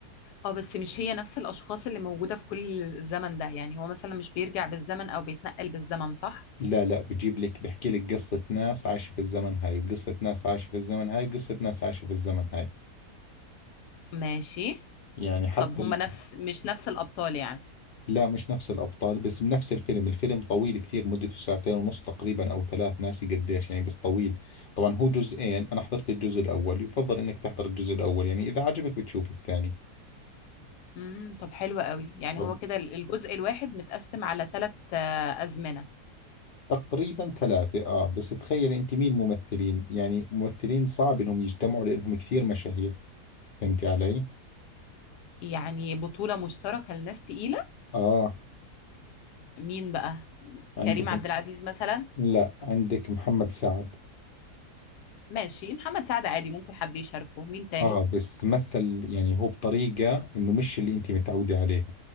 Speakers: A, on the left; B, on the left.
A: اه بس مش هي نفس الاشخاص اللي موجودة في كل الزمن ده يعني هو مثلا مش بيرجع بالزمن او بيتنقل بالزمن صح
B: لا لا بجيب لك بحكي لك قصة ناس عايشة في الزمن هاي وقصة ناس عايشة في الزمن هاي وقصة ناس عايشة في الزمن هاي
A: ماشي
B: يعني حتى
A: طب هما
B: ال...
A: نفس مش نفس الابطال يعني
B: لا مش نفس الأبطال بس بنفس الفيلم الفيلم طويل كتير مدته ساعتين ونص تقريبا أو ثلاث ناسي قديش يعني بس طويل طبعا هو جزئين أنا حضرت الجزء الأول يفضل إنك تحضر الجزء الأول يعني إذا عجبك بتشوف الثاني
A: امم طب حلو قوي يعني
B: طب
A: هو كده الجزء الواحد متقسم على ثلاث ازمنة
B: تقريبا ثلاثة آه بس تخيل أنت مين ممثلين يعني ممثلين صعب إنهم يجتمعوا لأنهم كثير مشاهير فهمتي علي؟
A: يعني بطولة مشتركة لناس تقيلة
B: آه
A: مين بقى
B: عندكم
A: كريم عبد العزيز مثلا
B: لا عندك محمد سعد
A: ماشي محمد سعد عادي ممكن حد يشاركه مين تاني
B: اه بس مثل يعني هو بطريقة انه مش اللي انت متعودة عليها